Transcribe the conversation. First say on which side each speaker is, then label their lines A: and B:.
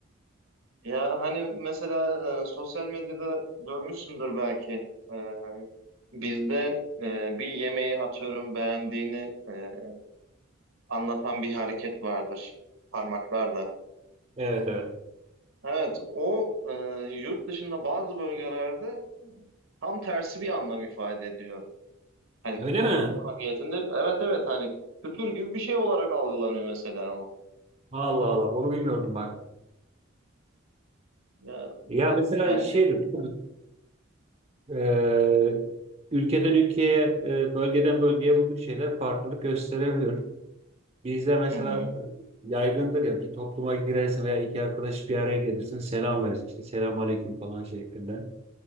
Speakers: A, on the right; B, on the right.
A: Ya hani mesela e, sosyal medyada görmüşsündür belki. Ee, bizde e, bir yemeği atıyorum beğendiğini e, anlatan bir hareket vardır parmaklarla.
B: Evet evet.
A: Evet, o e, yurt dışında bazı bölgelerde tam tersi bir anlam ifade ediyor. Hani
B: Öyle
A: küfür
B: mi?
A: mahiyetinde evet evet hani küfür gibi bir şey olarak algılanıyor mesela o.
B: Allah Allah bunu bilmiyordum bak.
A: Ya,
B: Ya mesela
A: yani
B: şeydir e, ülkeden ülkeye, e, bölgeden bölgeye bu tür şeyler farklılık gösterebilir. Bizde mesela
A: hı hı,
B: e, yaygındır ya bir topluma girersin veya iki arkadaş bir araya gelirsin selam verirsin işte selam aleyküm falan şeklinde.